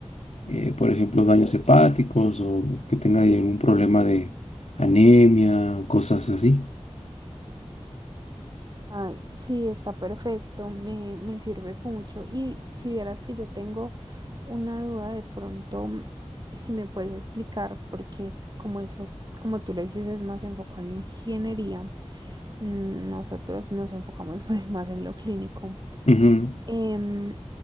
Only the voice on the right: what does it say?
Ay, sí, está perfecto, me, me sirve mucho. Y si vieras que yo tengo una duda, de pronto, mm, si me puedes explicar, porque como eso, como tú lo dices, es más enfocado en la ingeniería, mm, nosotros nos enfocamos <laughs> pues más en lo clínico.
Em,